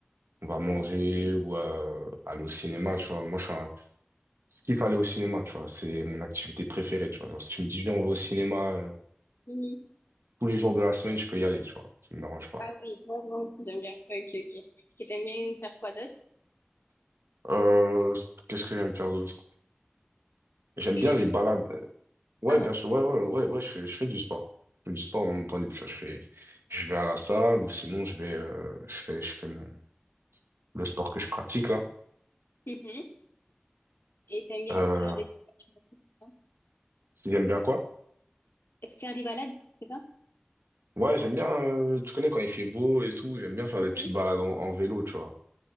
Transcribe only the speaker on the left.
mhm.
Ah oui, vraiment, si j'aime bien. Ok, ok. Et t'aimes bien faire quoi d'autre?
Tu
fais
du sport?
Ah,
ok. Mhm. Et t'aimes bien
aussi faire des balades, tu m'as dit, c'est ça
Et Faire des balades, c'est ça?
Mhm.